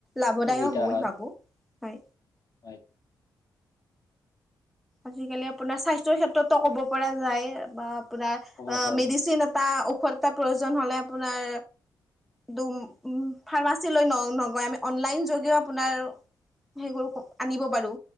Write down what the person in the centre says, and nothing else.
লাভদায়ক
হ'ব বুলি
ভাবো হয়
আজিকালি আপোনাৰ স্বাস্থ্যৰ ক্ষেত্ৰতো ক'ব পৰা যায় বা আপোনাৰ
মেডিচিন টা ঔষধ এটা প্ৰয়োজন হলে আপোনাৰ দোম উ ফাৰ্মাচী লৈ ন নগৈ আমি অনলাইন যোগেও আপোনাৰ সেই গৰুকো আনিব পাৰো